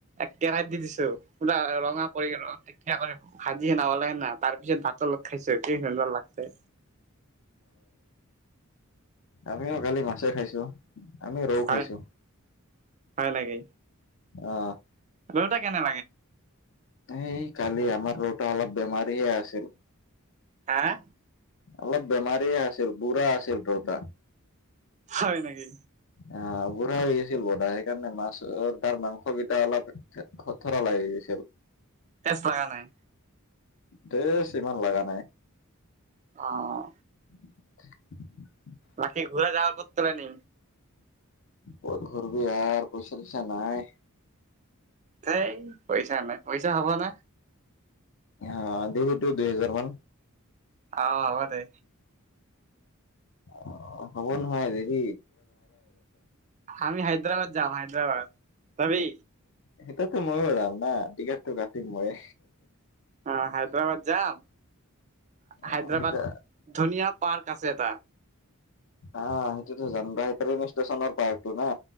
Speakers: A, on the right; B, on the left.
A: এক কেৰাহী দি দিছো, পোৰা ৰঙা কৰি কৰি ভাজিহে ন ওলাই না । তাৰ পিছত ভাত অলপ খাইছো কি কেনেকুৱা লগতে
B: আমিওঁ কালি মাছে খাইছো, আমিওঁ ৰৌ
A: হয়
B: খাইছো।
A: হয় লাগে।
B: অ।
A: দেউতা কেনে
B: এই কালি আমাৰ ৰত অলপ বেমাৰীে আছিল।
A: হাঁ
B: অলপ বেমাৰী আছিল বুঢ়া আছিল দেউতা।
A: হয় নেকি?
B: আহ বুঢ়া হৈ গৈছিল বধা সেইকাৰণে মাছ তাৰ মাংসকেইটা অলপ খথৰা লাগি গৈছিল।
A: তেচ লগা নাই।
B: তেছ ইমান লগা নাই।
A: আঁহ
B: <unintelligible>
A: নাকি ঘূৰা যাবা কৰত নি
B: ক'ত ঘুৰব আৰু পইচা চাই নাই
A: সেই পইচা নাই পইচা হব ন
B: অঁ দে তো দুই হোজাৰ মান
A: অঁ হব দে
B: অঁ হ'ব নহয় দেৰি
A: আমি হাইদৰাবাদ যাম। বাদ যাবি
B: সেইটোতো ময়ো যাম না টিকতো কাটি মৰে
A: অ হায়দৰাবাদ যাম
B: অ
A: হায়দৰাবাদ
B: সেইটা
A: ধুনিয়া পাৰ্ক। আছে এটা
B: আঁহ সেইটোতো জানিবা সেইকাৰ ষ্টেশচনৰ পাৰ্টো না